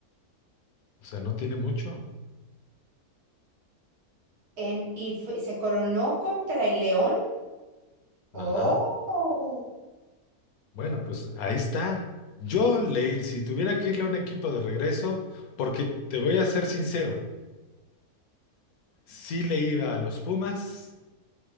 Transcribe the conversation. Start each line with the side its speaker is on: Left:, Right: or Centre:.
Left: O sea, no tiene mucho.
Right: en, y fue- se coronó contra el León.
Left: Ajá.
Right: Oh.
Left: Bueno, pues ahí está. Yo le, ir- si tuviera que irle a un equipo de regreso, porque te voy a ser sincero, sí le iba a los Pumas,